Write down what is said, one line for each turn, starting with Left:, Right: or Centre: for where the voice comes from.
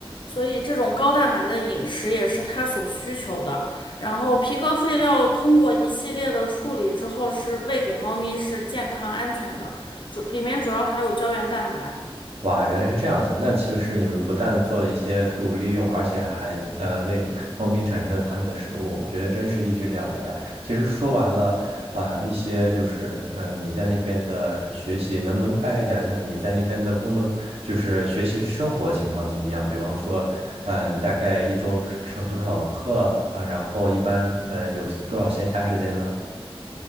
Left: 所以这种高蛋白的饮食也是它所需求的。然后皮革废料通过一系列的处理之后，是喂给猫咪是健康安全的，主里面主要含有胶原蛋白。
Right: 哇，原来是这样子。那岂不是你们不但做了一些废物利用，而且还呃为猫咪产生了它们的食物，我觉得真是一举两得呀。其实说完了啊、呃一些就是嗯、呃你在那边的学习，能不能大概讲一下你在那边的工作，就是学习生活情况怎么样？比方说，呃，你大概一周上多少课啊、然后一般呃有多少闲暇时间呢？